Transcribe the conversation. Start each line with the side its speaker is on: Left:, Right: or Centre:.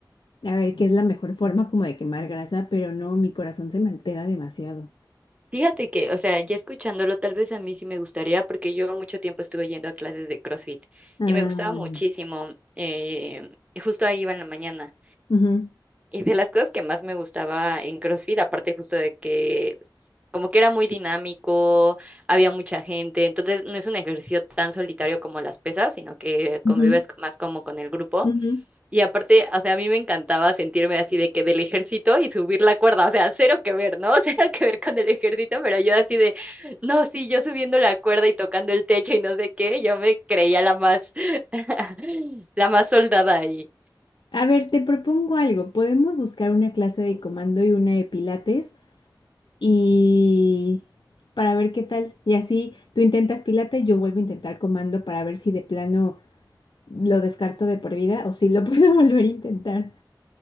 Left: a ver, que es la mejor forma como de quemar grasa, pero no, mi corazón se me altera demasiado.
Right: Fíjate que, o sea, ya escuchándolo, tal vez a mí sí me gustaría, porque yo mucho tiempo estuve yendo a clases de CrossFit
Left: Ah,
Right: y me gustaba muchísimo. eh, y justo ahí iba en la mañana.
Left: ujú,
Right: Y de las cosas que más me gustaba en CrossFit, aparte justo de que como que era muy dinámico, había mucha gente, entonces no es un ejercicio tan solitario como las pesas, sino que
Left: ujú,
Right: convives más como con el grupo.
Left: ujú.
Right: Y aparte, o sea, a mí me encantaba sentirme así de que del ejército y subir la cuerda, o sea, cero que ver, ¿no? <laughs> Cero que ver con el ejército, pero yo así de, no, sí, yo subiendo la cuerda y tocando el techo y no sé qué, yo me creía la más, <laughs> la más soldada ahí.
Left: A ver, te propongo algo. Podemos buscar una clase de comando y una de pilates y para ver qué tal. Y así tú intentas Pilates, yo vuelvo a intentar comando para ver si de plano lo descarto de por vida o si lo <laughs> puedo volver a intentar.